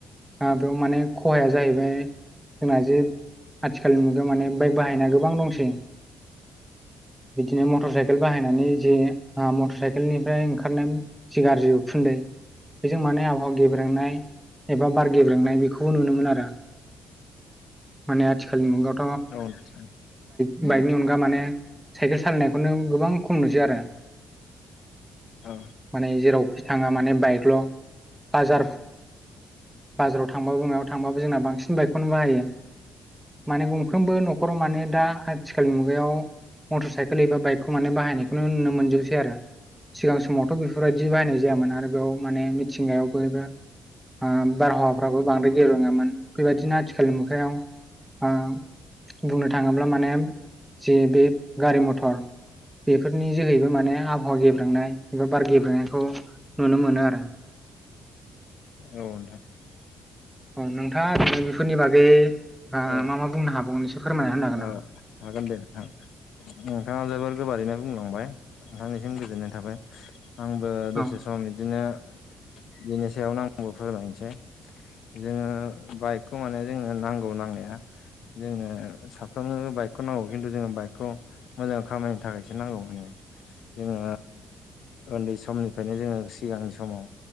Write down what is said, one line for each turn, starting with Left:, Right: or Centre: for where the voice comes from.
Centre: आ बेयाव माने खहाया जाहैबाय जोंना जे आथिखालनि मुगायाव माने बाइक बाहायनाया गोबां दंसै बिदिनो मटर साइकेल बाहायनानै जे ओ मटर साइकेलनिफ्राय ओंखारनाय जि गाज्रि उखुन दै बे बेजों माने आबहावा गेब्रेंनाय एबा बार गेब्रेंनाय बेखौबो नुनो मोनो आरो। माने आथिखालनि मुगायाव
Left: औ नोंथां ।
Centre: बाइकनि अनगा माने साइकेल सालायनायखौनो गोबां खम नुसै आरो
Left: औ
Centre: माने जेरावखि थाङा माने बाइकल' बाजार बाजाराव थांबाबो मायाव थांबाबो जोंना बांसिन बाइकखौनो बाहायो । माने गंफ्रोमबो न'खराव माने दा आथिखालनि मुगायाव मटर साइकेल एबा बाइकखौ माने बाहायनायखौनो नुनो मोनजोबसै आरो सिगां समावथ' बेफोरबायदि बाहायनाय जायामोन आरो बेयाव माने मिथिंगायाव बयबो ओ बारहावाफ्राबो बांद्राय गेब्रेंङामोन बेबायदिनो आथिखालनि मुगायाव ओ बुंनो थाङोब्ला माने जे बे गारि मथर बेफोरनि जोहैबो माने आबहावा गेब्रांनाय एबा बार गेब्रेनायखौ नुनो मोनो आरो
Left: औ नोंथां ।
Centre: औ नोंथाङा ओरैनो बेफोरनि बागै ओ
Left: औ
Centre: मा मा बुंनो हाबाव़ एसे फोरमायना होनो हागोन
Left: औ
Centre: नामा?
Left: हागोन दे नोंथां। नोंथाङा जोबोर गोबारैनो बुंलांबाय। नोंथांनि गोजोननाय थाबाय। आंबो दसे
Centre: औ
Left: सम बिदिनो फिथायावनो आंबो फोरमायनोसै। जोङो बाइकखौ माने जोंनो नांगौ नांनाया जोंनो साफ्रोमबोनो बाइक खौ नांगौ खिन्थु जोङो बाइकखौ मोजां खामानिनो थाखायसो नांगौ माने। जोङो उन्दै समनिफ्रायनो जोङो सिगांनि समाव